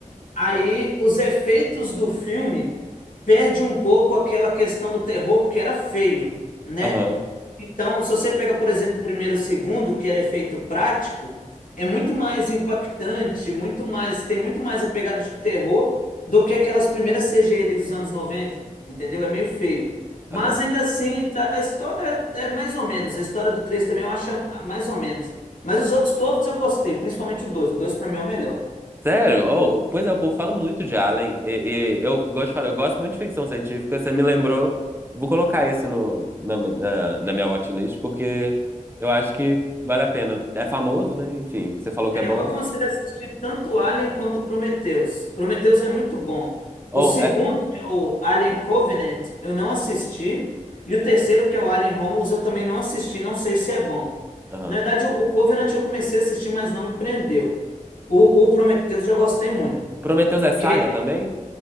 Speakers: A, on the left; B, on the right.
A: Aí os efeitos do filme perde um pouco aquela questão do terror, porque era feio, né?
B: Aham.
A: Então, se você pega, por exemplo, o primeiro e o segundo, que era efeito prático, é muito mais impactante, muito mais, tem muito mais a pegada de terror do que aquelas primeiras CGI ali dos anos 90, entendeu? É meio feio. Mas
B: Aham.
A: ainda assim, tá- a história é mais ou menos. A história do 3 também eu acho mais ou menos. Mas os outros todos eu gostei, principalmente o 2. O 2 pra mim é o melhor.
B: Sério? Oh, pois é, o povo fala muito de Alien. E, e eu gosto de falar, eu gosto muito de ficção científica. Você me lembrou. Vou colocar esse no, na, na, na minha watchlist, porque eu acho que vale a pena. É famoso, né? Enfim, você falou que
A: É,
B: é bom.
A: eu aconselho assistir tanto Alien quanto Prometheus. Prometheus é muito bom. O
B: Ou
A: segundo,
B: é.
A: que é o Alien Covenant, eu não assisti. E o terceiro, que é o Alien Romulus, eu também não assisti. Não sei se é bom.
B: aham.
A: Na verdade, o Covenant eu comecei a assistir, mas não me prendeu. O, o Prometheus eu já gostei muito.
B: Prometheus é saga
A: Porque,
B: também?